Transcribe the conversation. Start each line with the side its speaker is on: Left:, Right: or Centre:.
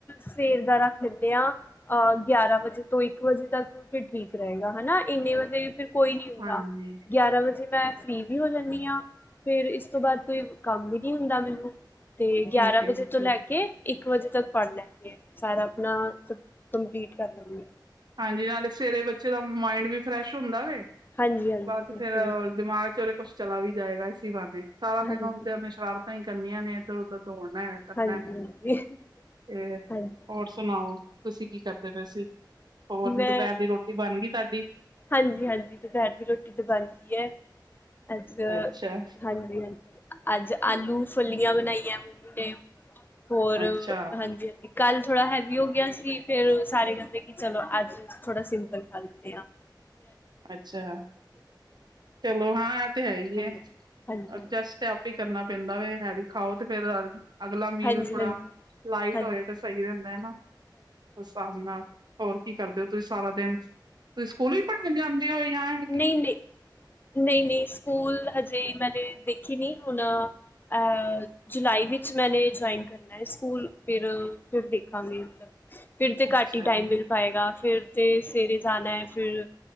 Left: ਸਵੇਰ ਦਾ ਰੱਖ ਲੇਨੇ ਆ, ਅਹ ਗਿਆਰਾਂ ਵਜੇ ਤੋਂ ਇੱਕ ਵਜੇ ਤੱਕ ਫਿਰ ਠੀਕ ਰਹੇਗਾ ਹਨਾ ਇੰਨੇ ਵਜੇ ਫਿਰ ਕੋਈ ਨਹੀ ਹੁੰਦਾ,
Right: ਹਾਂਜੀ
Left: ਗਿਆਰਾਂ ਵਜੇ ਮੈਂ ਫ੍ਰੀ ਵੀ ਹੋ ਜਾਂਦੀ ਆਂ, ਫੇਰ ਇਸ ਤੋਂ ਬਾਦ ਕੋਈ ਕੰਮ ਵੀ ਨੀ ਹੁੰਦਾ ਮੈਨੂੰ। ਤੇ
Right: ਠੀਕ
Left: ਗਿਆਰਾਂ
Right: ਹੈ
Left: ਵਜੇ
Right: ਜੀ ਠੀਕ
Left: ਤੋਂ ਲੈ ਕੇ ਇੱਕ ਵਜੇ ਤੱਕ ਪੜ ਲੈਂਨ ਗੇ ਸਾਰਾ ਨਾ ਕੰਪਲੀਟ ਕਰ ਲਵੀ।
Right: ਹਾਂਜੀ ਨਾਲੇ ਸਵੇਰੇ ਬੱਚੇ ਦਾ ਮਾਇੰਡ ਵੀ ਫਰੈਸ਼ ਹੁੰਦਾ ਵੇ।
Left: ਹਾਂਜੀ-ਹਾਂਜੀ
Right: ਬਾਦ
Left: ਬਿਲਕੁਲ
Right: ਫੇਰ ਦਿਮਾਗ ਚਰੇ ਕੁੱਛ ਚਲਾ ਵੀ ਜਾਏਗਾ ਇਸੀ ਬਾਂਨੇ। ਸਾਰਾ ਦਿਨ
Left: ਹਾਂਜੀ।
Right: ਹੁੰਦੇ ਐਨੇ ਸ਼ਰਾਰ ਤਾ ਹੀ ਕਰਨੀਆਂ ਨੇ ਐਧਰ-ਓਧਰ। ਦੌੜਨਾ ਐ ਕਰਨਾ,
Left: ਹਾਂਜੀ-ਹਾਂਜੀ,
Right: ਤੇ
Left: ਹਾਂਜੀ-ਹਾਂਜੀ
Right: ਹੋਰ ਸੁਨਾਓ ਤੁਸੀਂ ਕੀ ਕਰਦੇ ਪਏ ਸੀ? ਹੋਰ
Left: ਮੈਂ
Right: ਦੁਪੈਰ ਦੀ ਰੋਟੀ ਬਨ ਗਈ ਤਾਡੀ?
Left: ਹਾਂਜੀ, ਹਾਂਜੀ, ਦੁਪੈਰ ਦੀ ਰੋਟੀ ਤੇ ਬਨ ਗਈ ਐ। ਅੱਜ,
Right: ਅੱਛਾ
Left: ਹਾਂਜੀ ਹਾਂਜੀ, ਅੱਜ ਆਲੂ ਫੱਲੀਆਂ ਬਨਾਈਐ। ਤੇ ਹੋਰ,
Right: ਅੱਛਾ
Left: ਹਾਂਜੀ ਹਾਂਜੀ ਕੱਲ ਥੋੜਾ ਹੈਵੀ ਹੋ ਗੇਆ ਸੀ ਫਿਰ ਸਾਰੇ ਕੈਂਦੇ ਕਿ ਚਲੋ ਅੱਜ ਥੋੜਾ ਸਿੰਪਲ ਖਾ ਲੈਂਨੇ ਆ।
Right: ਅੱਛਾ ਚਲੋ ਹਾਂ ਇਹ ਤੇ ਹੈ
Left: ਹਾਂਜੀ-ਹਾਂਜੀ-ਹਾਂਜੀ
Right: ਹੀ ਹੈ ਅਡਜਸਟ ਤੇ ਆਪੀ ਕਰਨਾ। ਪੈਂਦਾ ਵੀ ਹੈ ਹੈਵੀ ਖਾਓ ਤੇ ਫੇਰ। ਅਗਲਾ ਮੀਲ
Left: ਹਾਂਜੀ-ਹਾਂਜੀ-ਹਾਂਜੀ-ਹਾਂਜੀ-ਹਾਂਜੀ
Right: ਥੋੜਾ ਲਾਈਟ ਹੋਏ ਤੇ ਸਹੀ ਰਹਿੰਦਾ ਹਨਾ। ਕੁਛ ਆ ਜਿਨਾਕ ਕੀ ਕਰਦੇ ਹੋ ਤੁਸੀਂ ਸਾਰਾ ਦਿਨ ਤੁਸੀਂ ਸਕੂਲ ਵੀ ਪੜ੍ਹ। ਕੇ ਜਾਂਦੇ ਹੋਏ ਯਾਰ।
Left: ਨਹੀਂ ਨਹੀਂ ਨਹੀਂ ਨਹੀਂ ਸਕੂਲ। ਹਜੇ ਮੈਨੇ ਦੇਖੀ ਨੀ ਹੁਣ ਅ ਜੁਲਾਈ ਵਿੱਚ ਮੈਨੇ ਜੁਆਇਨ ਕਰਨਾ ਹੈ ਸਕੂਲ ਫਿਰ ਫਿਰ ਦੇਖਾਂਗੇ ਮਤਲਬ। ਫਿਰ ਤੇ
Right: ਅੱਛਾ
Left: ਘੱਟ ਹੀ ਟਾਈਮ
Right: ਜੀ,
Left: ਮਿਲ ਪਾਏਗਾ। ਫੇਰ ਤੇ ਸਵੇਰੇ ਜਾਣਾ ਹੈ ਫਿਰ